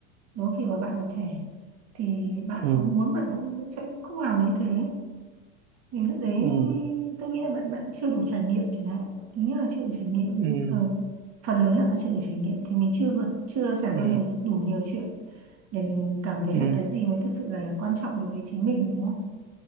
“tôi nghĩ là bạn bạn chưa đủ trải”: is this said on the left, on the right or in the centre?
Right